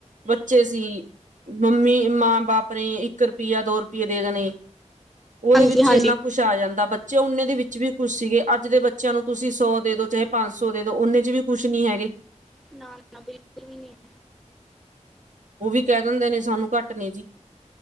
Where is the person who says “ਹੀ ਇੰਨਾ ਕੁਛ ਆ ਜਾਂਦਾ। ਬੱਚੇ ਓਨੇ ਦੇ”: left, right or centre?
Right